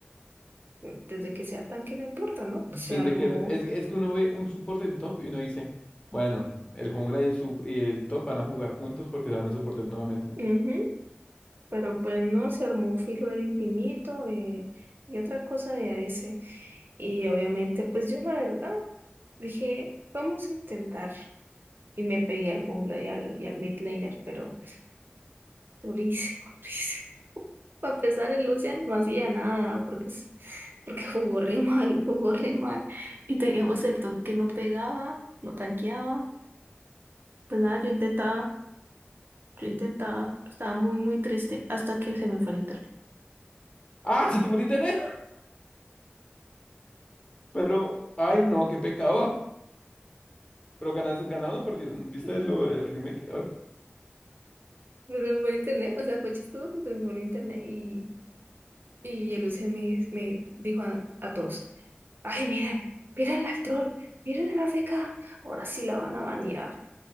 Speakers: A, on the right; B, on the left.
A: mm, desde que sea tanque no importa, ¿no?
B: Desde
A: Pues se armó,
B: que es, es que uno ve un soporte en top y uno dice, bueno, el jungla y el sub y el top van a jugar juntos porque se van a soportar nuevamente.
A: ujú, Pero pues no, se armó filo del infinito eh, y otra cosa de AS. Y obviamente, pues yo la verdad dije, vamos a intentar. Y me pegué al jungla y al, y al mid laner, pero durísimo, <laughs> durísimo. a pesar el Lucian no hacía nada, porque, es- porque jugó re mal, <laughs> jugó re mal. Y teníamos el top que no pegaba, no tanqueaba. Pues nada, yo intentaba, yo intentaba. Estaba muy, muy triste hasta que se me fue el internet.
B: ¡Ah! ¡Se te fue el internet! <laughs> Pero, ay no, qué pecado. <laughs> Pero ganaste, ganaron o perdieron. ¿Viste
A: <laughs>
B: lo,
A: Mm,
B: el remake? A ver.
A: Pues Se me fue el internet, o sea, fue chistoso porque se me fue el internet y, y el Lucian me, me dijo a, a todos. Ay, miren, miren al troll, miren a la beca. Ahora sí la van a banear.